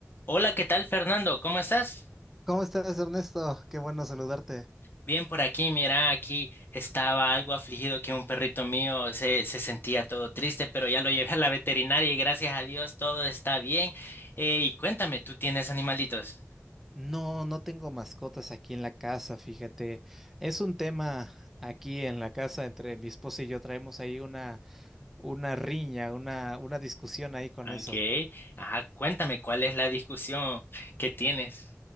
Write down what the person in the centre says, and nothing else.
¿Cómo estás, Ernesto? Qué bueno saludarte.
No, no tengo mascotas aquí en la casa, fíjate. Es un tema aquí en la casa entre mi esposa y yo. Traemos ahí una, una riña, una, una discusión ahí con
eso.